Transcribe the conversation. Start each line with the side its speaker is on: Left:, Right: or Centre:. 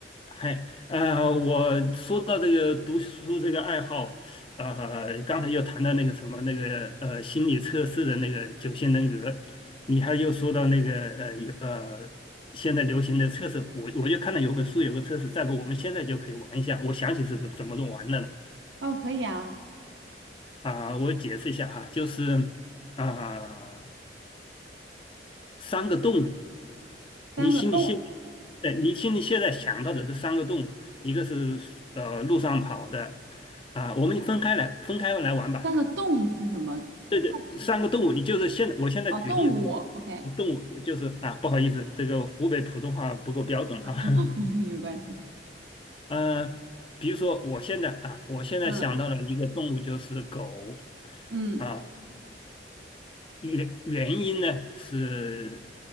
Left: 嗨，呃，我说到这个读书这个爱好，呃，刚才又谈到那个什么那个呃心理测试的那个九型人格，你还又说到那个呃有呃现在流行的测试，我我就看到有本书有个测试，再不我们现在就可以玩一下，我想起是怎么玩的了
Right: 哦，可以啊。
Left: 啊、我解释一下哈，就是啊、三个动物。你心里现
Right: 三个动，
Left: 在呃，你心里现在想到的这三个动物，一个是呃路上跑的，啊、我们分开来分开来玩吧。
Right: 三个动是什么？
Left: 对对，
Right: 动
Left: 三个动物，你就是现我现在举例子咯，
Right: 哦，动物。OK，
Left: 动物就是啊，不好意思，这个湖北普通话不够标准哈。
Right: <laughs>
Left: <laughs>
Right: 没有关系。
Left: 呃，比如说我现在啊，我现在想到了一个动物就是狗，
Right: 嗯嗯
Left: 啊、原原因呢是，